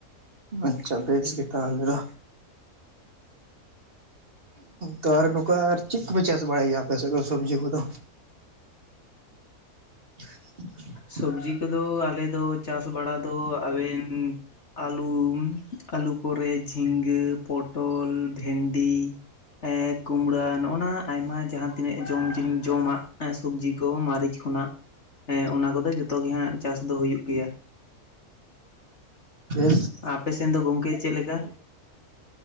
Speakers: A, on the right; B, on the left.
A: ᱟᱪᱪᱷᱟ ᱵᱮᱥ ᱜᱮ ᱛᱟᱦᱚᱞᱮ ᱫᱚ᱾ ᱛᱚ ᱟᱨ ᱱᱚᱝᱠᱟ ᱪᱮᱫ ᱠᱚᱯᱮ ᱪᱟᱥ ᱵᱟᱲᱟᱭ ᱜᱮᱭᱟ ᱟᱯᱮ ᱥᱮᱫ ᱫᱚ ᱥᱚᱵᱡᱤ ᱠᱚᱫᱚ᱾ <inaudible>
B: ᱥᱚᱵᱽᱡᱤ ᱠᱚᱫᱚ ᱟᱞᱮ ᱫᱚ ᱪᱟᱥ ᱵᱟᱲᱟ ᱫᱚ ᱟᱵᱮᱱ ᱟᱹᱞᱩ, ᱟᱹᱞᱩ ᱯᱚᱨᱮ ᱡᱷᱤᱸᱜᱟᱹ, ᱯᱚᱴᱚᱞ, ᱵᱷᱮᱱᱰᱤ᱾ ᱮᱸ ᱠᱩᱢᱲᱟ ᱱᱚᱜᱼᱚ ᱱᱟ ᱟᱭᱢᱟ ᱡᱟᱦᱟᱸ ᱛᱤᱱᱟᱹᱜ ᱡᱚᱢ ᱡᱤᱢ ᱡᱚᱢᱟᱜ ᱥᱚᱵᱽᱡᱤ ᱠᱚ ᱢᱟᱨᱤᱪ ᱠᱷᱚᱱᱟᱜ, ᱮᱸ ᱚᱱᱟ ᱠᱚᱫᱚ ᱡᱚᱛᱚ ᱜᱮ ᱦᱟᱸᱜ ᱪᱟᱥ ᱫᱚ ᱦᱩᱭᱩᱜ ᱜᱮᱭᱟ᱾
A: ᱯᱷᱮᱥ
B: ᱟᱯᱮ ᱥᱮᱱ ᱫᱚ ᱜᱚᱝᱠᱮ ᱪᱮᱫ ᱞᱮᱠᱟ?